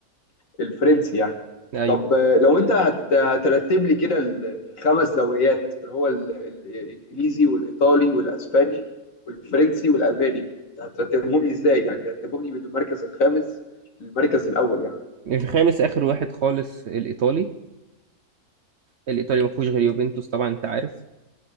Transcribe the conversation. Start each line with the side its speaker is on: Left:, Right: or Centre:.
Left: الفرنسي يعني
Right: ايوه
Left: طب آه، لو انت هت- هترتب لي كده ال- الخمس دوريات اللي هو ال- ال- الانجليزي والايطالي والاسباني والفرنسي والالماني هترتبهم لي ازاي يعني هترتبهم لي من المركز الخامس للمركز الاول يعني
Right: الخامس اخر واحد خالص الايطالي الايطالي ما فيهوش غير يوفنتوس طبعا انت عارف